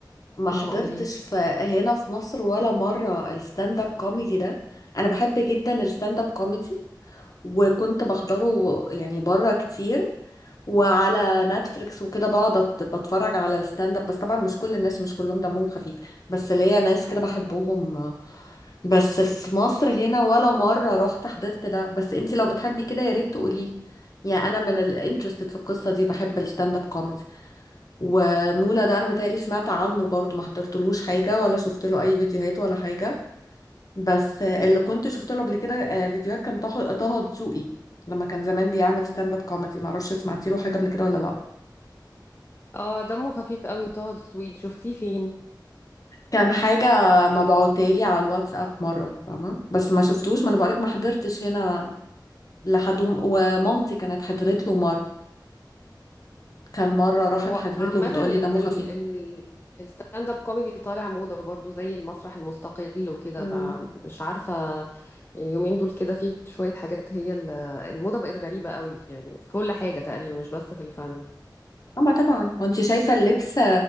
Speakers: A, on the left; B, on the left.
A: ما حضرتش
B: اه قوليلي
A: في هنا في مصر ولا مرة الستاند اب كوميدي ده انا بحب جدا الستاند اب كوميدي وكنت بحضره يعني بره كتير وعلى نتفليكس وكده بقعد أت- بتفرج على الستاند اب بس طبعا مش كل الناس مش كلهم دمهم خفيف بس ليا ناس كده بحبهم بس في مصر هنا ولا مرة رحت حضرت ده بس انتي لو بتحبي كده يا ريت تقولي يعني انا من الانترستد في القصة دي بحب الستاند اب كوميدي ومولا ده انا متهيألي سمعت عنه برضو ما حضرتلوش حاجة ولا شفت له اي فيديوهات ولا حاجة بس آه، اللي كنت شفت له قبل كده آه، فيديوهات كان طه طه دسوقي لما كان زمان بيعمل ستاند اب كوميدي معرفش سمعتي له حاجة قبل كده ولا لا
B: اه دمه خفيف قوي طه دسوقي شفتيه فين
A: كان حاجة مبعوتالي على الواتساب مرة فاهمة بس ما شفتوش ما انا بقولك ما حضرتش هنا لحد وم- ومامتي كانت حضرت له مرة كان مرة راحت
B: هو
A: حضرت
B: عامة
A: له بتقولي
B: ال
A: دمه خفيف
B: ال الستاند اب كوميدي طالع موضة برضو زي المسرح المستقل وكده
A: امم
B: فمش عارفة اليومين دول كده في شوية حاجات هي ال- الموضة بقت غريبة قوي يعني في كل حاجة تقريبا مش بس في الفن
A: اما طبعا وانت شايفة اللبس